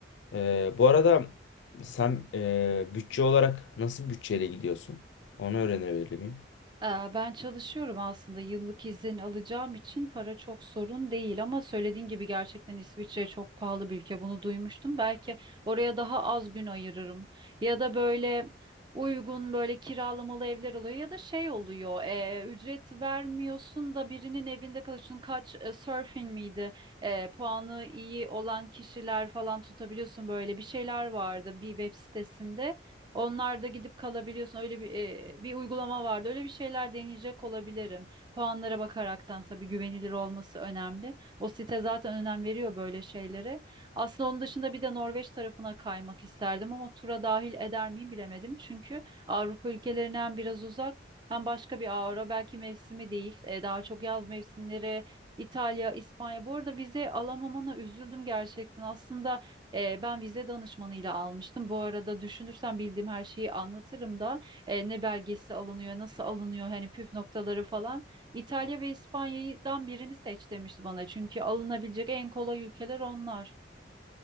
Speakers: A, on the left; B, on the right.
A: Ee, bu arada sen e, bütçe olarak nasıl bir bütçeyle gidiyorsun? Onu öğrenebilir miyim?
B: Ee, Ben çalışıyorum aslında yıllık izin alacağım için para çok sorun değil ama söylediğin gibi gerçekten İsviçre çok pahalı bir ülke bunu duymuştum. Belki oraya daha az gün ayırırım ya da böyle uygun böyle kiralamalı evler oluyor ya da şey oluyor e, ücret vermiyorsun da birinin evinde kalıyorsun kaç e, surfing miydi E, puanı iyi olan kişiler falan tutabiliyorsun böyle bir şeyler vardı bir web sitesinde. Onlar da gidip kalabiliyorsun. Öyle bir e, bir uygulama vardı. Öyle bir şeyler deneyecek olabilirim. Puanlara bakaraktan tabii güvenilir olması önemli. O site zaten önem veriyor böyle şeylere. Aslında onun dışında bir de Norveç tarafına kaymak isterdim ama tura dahil eder miyim bilemedim. Çünkü Avrupa ülkelerinden biraz uzak. Hem başka bir avro belki mevsimi değil. E, daha çok yaz mevsimleri İtalya, İspanya. Bu arada vize alamamana üzüldüm gerçekten. Aslında e, ben vize danışmanıyla almıştım. Bu arada düşünürsem bildiğim her şeyi anlatırım da e, ne belgesi alınıyor, nasıl alınıyor, hani püf noktaları falan. İtalya ve İspanya'dan birini seç demişti bana. Çünkü alınabilecek en kolay ülkeler onlar.